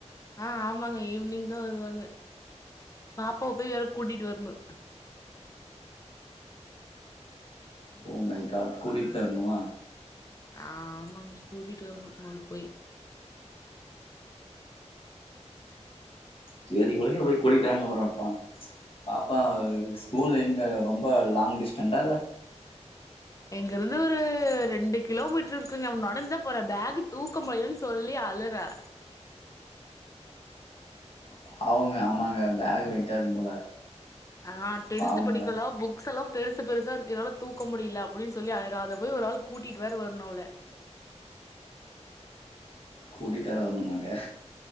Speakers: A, on the left; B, on the left.
A: ஆ ஆமாங்க ஈவினிங்தா வருவாங்க பாப்பாவ போய் வேற கூட்டிட்டு வரணு
B: ஓ மை காட் கூட்டிட்தா வர்ணுமா
A: ஆமாங் கூடிட் வர்னு அவ்ள போய்
B: சேரி உளங்கள போய் கூடிட்டாங்க அப்பறோ பா பாப்பா ஸ்கூல் எங்க ரொம்ப லாங் டிஸ்டன்டா இல்ல
A: இங்கருந்து ஒரு ரெண்டு கிலோமீட்ரு இருக்குங்க நடந்தா போற பேக் தூக்க முள்ளன் சொல்லி அழுரா
B: பாவோங்க ஆமாங்க பேக் வெயிட்டா இருக்கு போல
A: ஆ டென்த்
B: பாவம்ல
A: படிகலா புக்ஸல்லா பெருசு பெருசா இருக்கு என்னால தூக்க முடியல அப்டின் சொல்லி அழரா அத போய் ஒரு ஆள் கூட்டிட்டு வேற வரணு அவள
B: கூட்டிட் வேர வர்ணுமாங்க